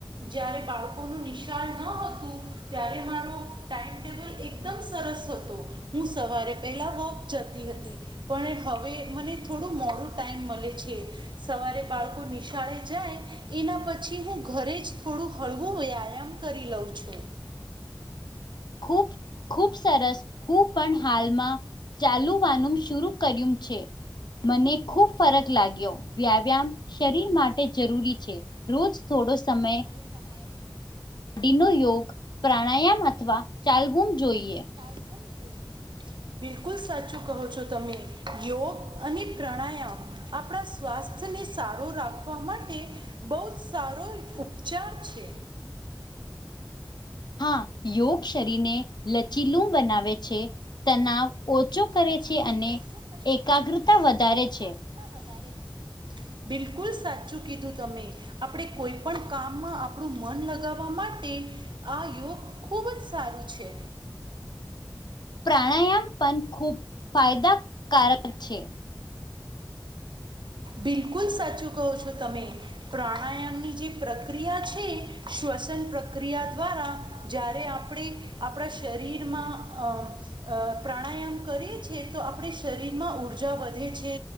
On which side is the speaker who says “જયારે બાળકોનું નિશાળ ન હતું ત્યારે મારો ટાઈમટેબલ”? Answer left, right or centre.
Right